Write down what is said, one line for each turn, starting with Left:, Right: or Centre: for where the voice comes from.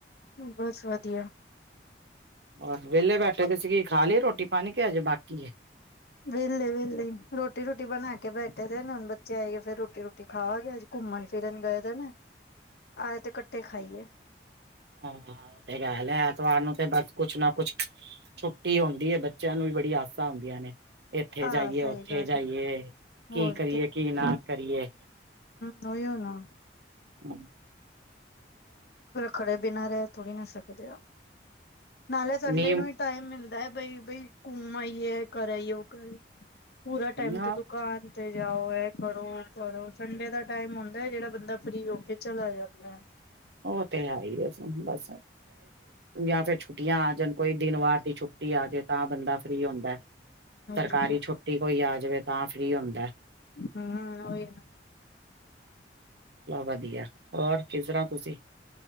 Left: ਬਸ ਵਦੀਆ।
Right: ਓਰ ਵਿਹਲੇ ਬੈਠੇ ਤੇ ਸੀ ਗੀ ਖਾ ਲਈ ਰੋਟੀ-ਪਾਣੀ ਕੇ ਅਜੇ ਬਾਕੀ ਏ।
Left: ਵਿਹਲੇ-ਵਿਹਲੇ ਰੋਟੀ ਰੂਟੀ ਬਣਾ ਕੇ ਬੈਠੇ ਦੇ ਨੇ ਹੁਣ ਬੱਚੇ ਆਏ ਫਿਰ ਰੋਟੀ-ਰੁਟੀ ਖਾ ਗਏ ਅਜ ਘੁੰਮਣ ਫਿਰਨ ਗਏ ਦੇ ਨੇ ਆਏ ਤੇ ਕੱਠੇ ਖਾਈਏ।
Right: ਹਾਂ, ਤੇ ਗੱਲ ਐਤਵਾਰ ਨੂੰ ਤੇ ਬਸ ਕੁਛ ਨਾ ਕੁਛ ਛੁੱਟੀ ਹੋਂਦੀ ਏ ਬੱਚਿਆਂ ਨੂੰ ਵੀ ਬੜੀ ਆਸਾਂ ਹੂਂਦੀਆਂ ਨੇ। ਇੱਥੇ
Left: ਆਹ
Right: ਜਾਈਏ,
Left: ਸਹੀ
Right: ਉੱਥੇ
Left: ਗੱਲ
Right: ਜਾਈਏ
Left: ਹੈ
Right: ਕੀ
Left: ਹੋਰ
Right: ਕਰੀਏ, ਕੀ ਨਾ ਕਰੀਏ।
Left: ਤਾ ਓਹੀਓ ਨਾ।
Right: ਹੂੰ।
Left: ਖੜੇ ਬਿਨਾਂ ਰੈ ਥੋੜੀ ਨਾ ਸਕਦੇ ਆ, ਨਾਲੇ ਸੰਡੇ
Right: ਨੀਮ
Left: ਨੂੰ ਈ ਟਾਇਮ ਏ ਬਈ-ਬਈ ਘੁੰਮ ਆਈਏ, ਕਰ ਆਈਏ ਉਹ ਕਰ ਪੂਰਾ ਟਾਈਮ
Right: ਹ
Left: ਤਾਂ ਦੁਕਾਨ ਤੇ ਜਾਓ ਇਹ ਕਰੋ ਓਹ ਕਰੋ ਸੰਡੇ ਦਾ ਟਾਈਮ ਹੁੰਦਾ ਜਿਹੜਾ ਬੰਦਾ ਫ੍ਰੀ ਹੋ ਕੇ ਚਲਾ ਜਾਂਦਾ।
Right: ਉਹ ਤੇ ਹੈ ਈ ਸਬ ਬਸ ਯਾ ਫਿਰ ਛੁੱਟੀਆਂ ਆ ਜਾਣ ਕੋਈ ਦਿਨ ਵਾਰ ਦੀ ਛੁੱਟੀ ਛੁੱਟੀ ਆਜੇ ਤਾਂ ਬੰਦਾ ਫ੍ਰੀ ਹੁੰਦਾ।
Left: ਹੋਰ
Right: ਸਰਕਾਰੀ
Left: ਕੀ
Right: ਛੁੱਟੀ ਕੋਈ ਆ ਜਾਵੇ ਤਾਂ ਫੀ੍ ਹੁੰਦਾ।
Left: ਹਾਂ ਓਈ ਆ।
Right: ਵਦੀਆ, ਹੋਰ ਕਿਸ ਤਰ੍ਹਾਂ ਤੁਸੀਂ